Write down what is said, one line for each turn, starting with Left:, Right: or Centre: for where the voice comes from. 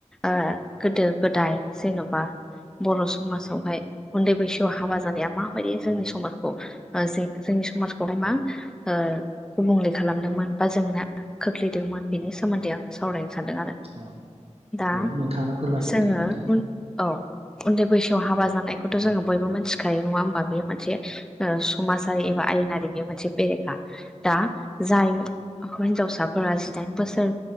Centre: ओ गोदो- गोदाय जेन'बा बर' समाजावहाय उन्दै बैसोआव हाबा जानाया माबायदि जोंनि समाजखौ ओ जों जोंनि समाजखौहाय मा ओ गुबुंले खालामदोंमोन बा जोंना खोख्लै -दोंमोन बेनि सोमोन्दै आङो सावरायनो सानदों आरो।
Right: औ
Centre: दा
Right: औ नोंथाङानो फोरमायगोन
Centre: जोङो
Right: दे नोंथां
Centre: उन औ उन्दै बैसोआव हाबा जानायखौथ' जोङो बयबो मिथिखायो नङा होमबा? बेयो मोनसे समाजारि एबा आयेनारि बे मोनसे बेरेखा। दा जाय हिनजावसाफोरा जिदाइन बोसोर